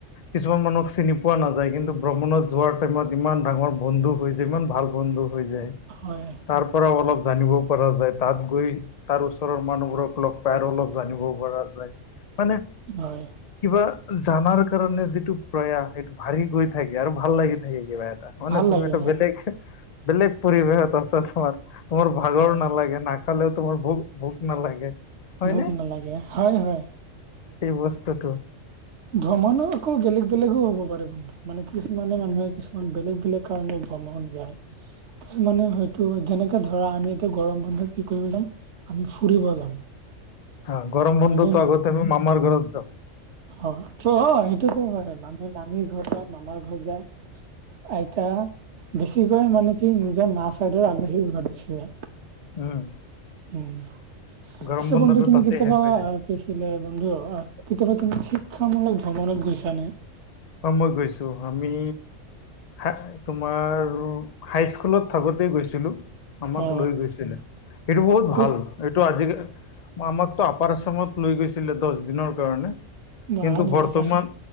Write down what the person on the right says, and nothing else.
হয়
হয়।
ভাল
লাগে
হয়
হয়
ভোক নালাগে হয় হয়।
ভ্ৰমণো আকৌ বেলেগ বেলেগো হ'ব পাৰে উম। মানে কিছুমানে মানুহে কিছুমান বেলেগ বেলেগ কাৰণে ভ্ৰমণ যায়। কিছুমানে হয়তো যেনেকে ধৰা আমিটো গৰম বন্ধত কি কৰিব যাম আমি ফুৰিব যাম।
হয়
অঁ সেইটোতো হয় মানে মামীৰ ঘৰত যায়, মামাৰ ঘৰত যায়। আইতা বেছিকৈ মানে কি নিজৰ মা চাইডৰ আলহী ঘৰত গুছি যায়।
উম,
কিছুমান
যদি তুমি
কেতিয়াবা
কি, বন্ধু কেতিয়াবা তুমি শিক্ষামূলক ভ্ৰমণত গৈছা নে?
অ
ক'ত
বা
বঢ়িয়া